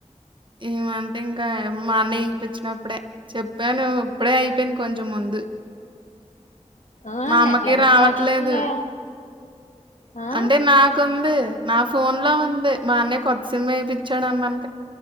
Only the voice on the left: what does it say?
ఓ
నెట్లేపోయిన
బానే వస్తుందే ఆ